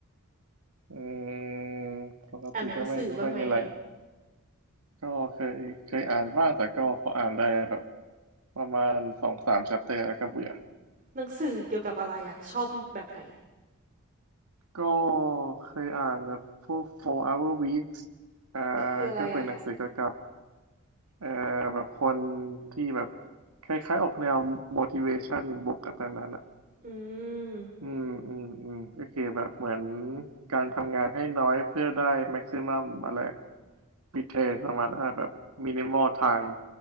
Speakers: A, on the right; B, on the right.
A: อืมปกติก็ไม่ไม่ค่อยมีอะไร
B: อ่านหนังสือบ้างไหม
A: ก็เคยเคยอ่านบ้างแต่ก็พออ่านได้แบบประมาณสองสาม chapter แล้วก็เบื่อ
B: หนังสือเกี่ยวกับอะไรอ่ะชอบแบบไหน
A: ก็เคยอ่านแบบพวก four hour weeks อ่า
B: คืออะไรอ่ะ
A: ก็เป็นหนังสือเกี่ยวกับ เอ่อแบบคนที่แบบคล้ายๆออกแนว motivation บวกกับนั้นนั้นอ่ะ
B: อืม
A: อืมอืมอืมก็คือแบบเหมือนการทำงานให้น้อยเพื่อได้ maximum อะไร return ประมาณนั้นอะแบบ minimal time